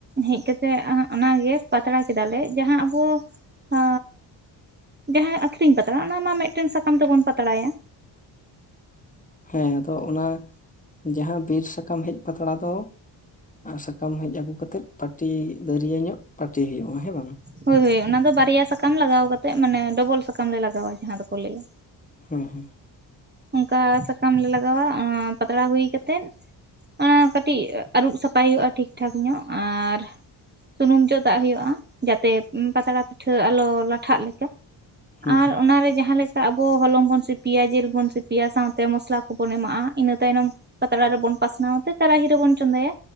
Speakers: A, on the right (about 20°); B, on the left (about 15°).
A: ᱦᱮᱡ ᱠᱟᱛᱮᱜ ᱚᱱᱟᱜᱮ ᱯᱟᱛᱲᱟ ᱠᱮᱫᱟᱞᱮ ᱡᱟᱦᱟᱸ ᱟᱵᱚ ᱟ..... ᱡᱟᱦᱟᱸ ᱟᱠᱷᱨᱤᱧ ᱯᱟᱛᱲᱟ ᱚᱱᱟ ᱢᱟ ᱢᱤᱫᱴᱮᱱ ᱥᱟᱠᱟᱢ ᱛᱮᱵᱚᱱ ᱯᱟᱛᱲᱟᱭᱟ
B: ᱦᱮᱸ ᱟᱫᱚ ᱚᱱᱟ ᱡᱟᱦᱟᱸ ᱵᱤᱨ ᱥᱟᱠᱟᱢ ᱦᱮᱡ ᱯᱟᱛᱲᱟ ᱫᱚ ᱥᱟᱠᱟᱢ ᱦᱮᱡ ᱟᱹᱜᱩ ᱠᱟᱛᱮᱫ ᱯᱟᱹᱴᱤ ᱫᱟᱹᱨᱭᱟᱹ ᱧᱚᱜ ᱯᱟᱹᱴᱤ ᱦᱩᱭᱩᱜᱼᱟ ᱦᱮᱸ ᱵᱟᱝ
A: ᱦᱳᱭ ᱦᱳᱭ ᱚᱱᱟ ᱫᱚ ᱵᱟᱨᱭᱟ ᱥᱟᱠᱟᱢ ᱞᱟᱜᱟᱣ ᱠᱟᱛᱮᱫ ᱢᱟᱱᱮ ᱰᱚᱵᱚᱞ ᱥᱟᱠᱟᱢ ᱞᱮ ᱞᱟᱜᱟᱣᱟ ᱡᱟᱦᱟᱸ ᱫᱚᱠᱚ ᱞᱟᱹᱭᱟ᱾
B: ᱦᱮᱸ ᱦᱮᱸ
A: ᱚᱝᱠᱟ ᱥᱟᱠᱟᱢ ᱞᱮ ᱞᱟᱜᱟᱣᱟ ᱟᱸ... ᱯᱟᱛᱲᱟ ᱦᱩᱭ ᱠᱟᱛᱮᱫ ᱚᱱᱟ ᱠᱟᱹᱴᱤᱡ ᱟᱹᱨᱩᱵ ᱥᱟᱯᱷᱟᱭ ᱦᱩᱭᱩᱜᱼᱟ ᱴᱷᱤᱠᱴᱷᱟᱠ ᱧᱚᱜ ᱟᱨ ᱥᱩᱱᱩᱢ ᱡᱚᱫᱟᱜ ᱦᱩᱭᱩᱜᱼᱟ ᱡᱟᱛᱮ ᱯᱟᱛᱲᱟ ᱯᱤᱴᱷᱟᱹ ᱟᱞᱚ ᱞᱟᱴᱷᱟᱜ ᱞᱮᱠᱟ
B: ᱦᱮᱸ
A: ᱟᱨ ᱚᱱᱟᱨᱮ ᱡᱟᱦᱟᱸ ᱞᱮᱠᱟ ᱟᱵᱚ ᱦᱚᱞᱚᱝ ᱵᱚᱱ ᱥᱤᱯᱤᱭᱟ ᱡᱮᱞ ᱵᱩᱱ <unintelligible> ᱥᱤᱯᱤᱭᱟ ᱥᱟᱶᱛᱮ ᱢᱚᱥᱞᱟ ᱠᱚᱵᱚᱱ ᱮᱢᱟᱜᱼᱟ ᱤᱱᱟᱹ ᱛᱟᱭᱱᱚᱢ ᱯᱟᱛᱲᱟ ᱨᱮᱵᱚᱱ ᱯᱟᱥᱱᱟᱣ ᱛᱮ ᱠᱟᱨᱟᱦᱤ ᱨᱮᱵᱚᱱ ᱪᱚᱸᱫᱟᱭᱟ